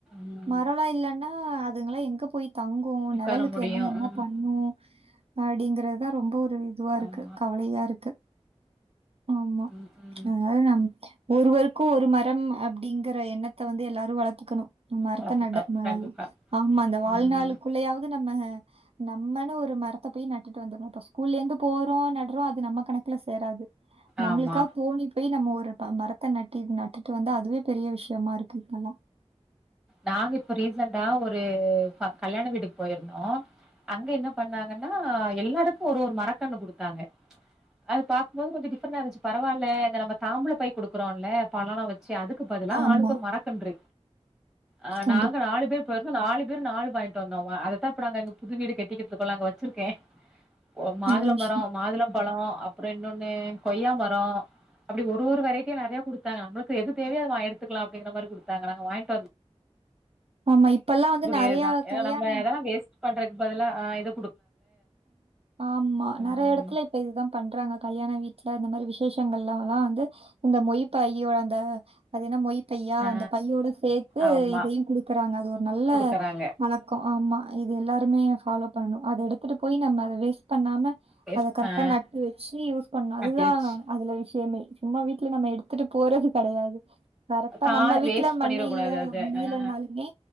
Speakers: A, in the centre; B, on the right.
A: ம்
B: மரோலா இல்லன்னா அது எங்க போய் தங்கு
A: உக்கார
B: நிழலுக்கு
A: முடியு
B: எல்லா என்ன
A: ம்
B: பண்ணவோ அப்படிங்கிறது தா ரொம்ப ஒரு இதுவா இருக்கு
A: ஆமா
B: கவலையா இருக் ஆமா
A: ம் ம்
B: அதனால நம் ஒருவருக் கு ஒரு மரம் அப்படிங்கற எண்ணத்த வந்து எல்லாரு வளர்த்துக்கணு மரத்த
A: வளத்துக்கலா
B: நட
A: கண்டிப்பா
B: ஆமா அந்த வாழ்நாளுக்குள்ளேயாவது
A: ம்
B: நம்ம நம் நம்மனு ஒரு மரத்த போய் நட்டு வந்துரணுப்பா ஸ்கூல்ல இருந்து போறோ நடுறோ அது நம்ம கணக்குல சேராது நம்மளுக்கா
A: ஆமா
B: தோனி போய் நம்ம ஒரு மரத்த நட்டி நட்டுட்டு வந்தா அதுவே பெரிய விஷயமா இருக்கு இப்பல்லாம்.
A: நாங்க இப்ப ரீசண்டா ஒரு கல்யாண வீட்டுக்கு போயிருந்தோ அங்க என்ன பண்ணாங்கன்னா எல்லாருக்கு ஒரு ஒரு மரக்கண்ணு குடுத்தாங்க அது பாக்கும்போது கொஞ்ச டிஃப்ரண்ட் இருந்துச்சு பரவால நம்ம தாம்பள பை கொடுக்குறோம்ல பழளாம் வச்சு அதுக் க்கு பதிலா
B: ஆமா,
A: ஆளுக்கு ஒரு மறக்கன்று ஆ
B: கண்டிப்பா
A: நாங்க நாலு பேர் போயிருந்தோ நாலு பேர் நாலு வாங்கிட்டு வந்தோமா அதத்தா இப்ப நாங்க எங்க புது வீடு கட்டிக்கிட்டு இருக்கோல அங்க வச்சிருக்க ஓ மாதுள
B: நல்ல விஷயம்.
A: மரோ மாதுள பழோ அப்றோ இன்னொன்னு கொய்யா மரோ அப்டி ஒரு ஒரு வெரைட்டியா நெறையா குடுத்தாங்க நம்மளுக்கு எது தேவையோ எடுத்துக்கலா அப்டிங்கிற மாரி கூடுத்தாங்க நாங்க வாங்கிட்டு வந்
B: ஆமா இப்பல்லாம் வந்து
A: முடியாதுதா
B: நெறையா
A: ஏன்னா
B: கல்யாண
A: நம்ம அதெல்லா வேஸ்ட் பண்றதுக்கு பதிலா ஆ ‌இது
B: ஆமா
A: ம்.
B: நெறையா எடத்துல இப்ப இதுதா பண்றாங்க கல்யாண வீட் ல இந்த மாரி விசேஷங்கள்லலா வந்து இந்த மொய் பையி அந்த அது என்ன மொய் பையா
A: ஆ
B: அந்த பையோட சேத்து
A: ஆமா
B: இதயு குடுக்குறாங்க அது ஒரு நல்ல
A: குடுக்குறாங்க
B: பழக்கோ ஆமா இதெல்லா மே ஃபாலோ பண்ணணு அத எடுத்துட்டு போய் நம்ம அத வேஸ்ட் பண்ணாம
A: வேஸ்ட்
B: அத கரெக்டா
A: ஆ
B: நட்டு வச்சு யூஸ் பண்ணு அதுதா
A: கட்டி வச்சு
B: அதுல விஷ்யமே சும்மா வீட்ல நம்ம எடுத்துட்டு போறது கெடையாது கரெக்டா
A: கா
B: நம்ம வீட்ல
A: வேஸ்ட் பண்ணிடக்
B: மண்ணு
A: கூடாது
B: இல்ல
A: அத
B: முடிலனாலுமே
A: ஆ